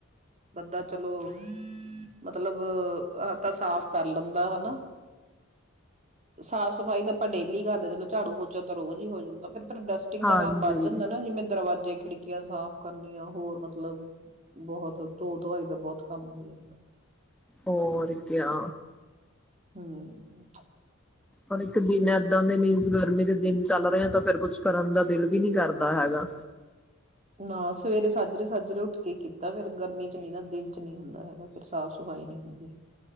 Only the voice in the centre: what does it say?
ਹਾਂਜੀ
ਹੋਰਕਿਆ
ਹੁਣ ਇੱਕ ਦਿਨ ਇਏਦਾਂ ਦੇ ਮੀਨਸ ਗਰਮੀ ਦੇ ਦਿਨ ਚੱਲ ਰਹੇ ਆ ਤਾਂ ਫਿਰ ਕੁਛ ਕਰਨ ਦਾ ਦਿਲ ਵੀ ਨਹੀਂੀ ਕਰਦਾ ਹੈਗਾ